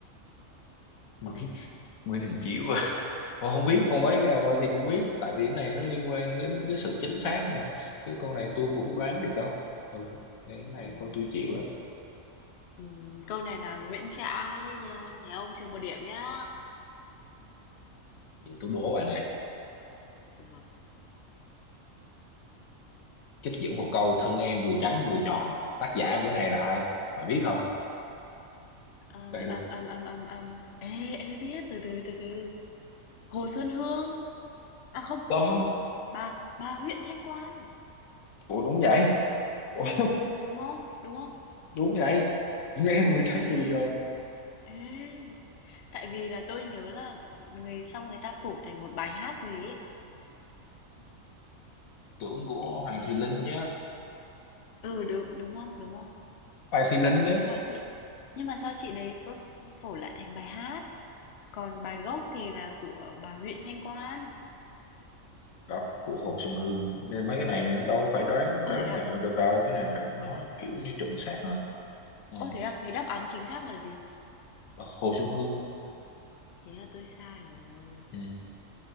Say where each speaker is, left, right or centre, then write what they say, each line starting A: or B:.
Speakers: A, on the left (about 80°); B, on the left (about 65°).
A: Nguyễn Nguyễn Đình Chiểu à Ôi, không biết không mấy cái nào thì không biết tại vì cái này nó liên quan đến cái sự chính xác mà cái câu này tôi cũng đoán được đâu ừ cái này
B: Ừm,
A: thôi tôi chịu đó
B: ừm, câu này là Nguyễn Trãi nha, thấy không? Trừ một điểm nhá.
A: giờ tôi đố bà nè
B: Được.
A: trích dẫn một câu thân em vừa trắng vừa tròn tác giả của này là ai bạn biết không
B: Âm
A: đây đúng
B: âm âm âm âm âm. Ê ê biết từ từ từ từ. Hồ Xuân Hương. À không,
A: đó
B: không. Bà bà huyện Thanh Quan,
A: ủa đúng vậy ủa, <laughs>
B: đúng không? Đúng không?
A: đúng vậy nghe vừa trắng
B: Ê
A: vừa tròn
B: ê. Tại vì là tôi nhớ là người xong người ta phủ thành một bài hát gì ấy.
A: tưởng của
B: Ê.
A: Hoàng Thùy Linh nhá
B: Ừ đúng đúng không? Đúng không?
A: Hoàng Thùy Linh
B: Ừ,
A: nhá
B: sao chị? Nhưng mà sao chị đấy vấp phổ lại thành bài hát? Còn bài gốc thì là của bà huyện Thanh Quan.
A: góc của Hồ Xuân Hương nên mấy cái này đâu phải đoán
B: Ô
A: đoán
B: thế à?
A: mẹo được đâu cái này phải nói kiểu như chuẩn xác á ờ
B: Ô thế à? Thế đáp án chính xác là gì?
A: Hồ Xuân Hương
B: Thế là tôi sai rồi.
A: ừ.